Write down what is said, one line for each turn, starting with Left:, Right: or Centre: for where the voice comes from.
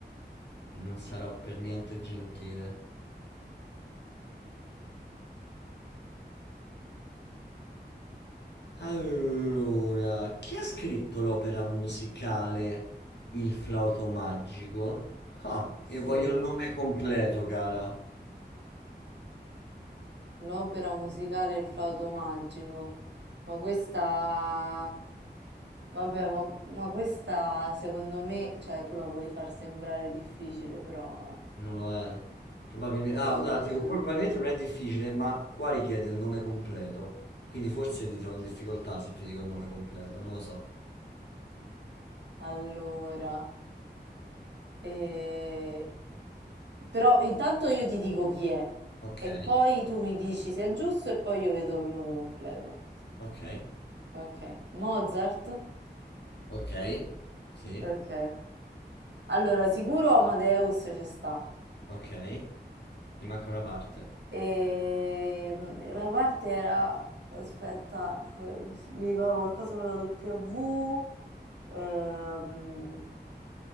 Left: E non sarò per niente gentile. Allora, chi ha scritto l'opera musicale Il flauto magico? Ah,
Right: Se
Left: e voglio il nome completo, cara.
Right: l'opera musicale Il flauto magico. Ma questa vabbè, ma, ma questa secondo me, cioè tu la vuoi far sembrare difficile, però
Left: Non lo è. Probabilmente,
Right: secondo
Left: ah, no, dico,
Right: me
Left: probabilmente
Right: non-
Left: non è difficile, ma qua richiede il nome completo. Quindi forse ti trovo in difficoltà se ti dico il nome completo, non lo so.
Right: Allora, e Però intanto io ti dico chi è
Left: Ok,
Right: e poi tu mi dici se è giusto e poi io vedo il nome completo.
Left: ok,
Right: Ok. Mozart?
Left: ok, sì,
Right: Ok. Allora, sicuro Amadeus ci sta.
Left: ok, ti manca una parte.
Right: E mm, la parte era... Aspetta, que- mi ricordo qualcosa con la W. Ehm,